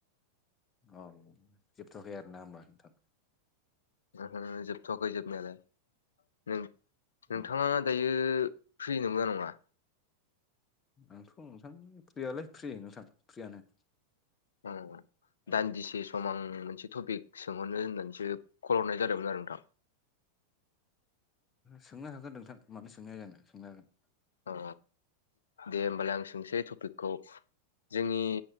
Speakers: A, on the left (about 20°); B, on the left (about 65°).
A: औ जोबथ'आखै आरोना होनोमबा नोंथां?
B: ओ जोबथ'वाखै जोबनायालाय नों-नोंथाङा
A: अ
B: दायो फ्रि नंगोना नङा?
A: आंथ' नोंथां फ्रियालाय फ्रि नोंथां फ्रियानो
B: औ
A: औ
B: दान्दिसे सम आं मोनसे टपिक सोंहरनो होननानैसो खल हरनाय जादोंमोन आरो नोंथां।
A: सोंनो हागोन नोंथां मानो सोंनो हाया जानो सोंनो हागोन
B: औ दे होमबालाय आं सोंसै टपिकखौ जोंनि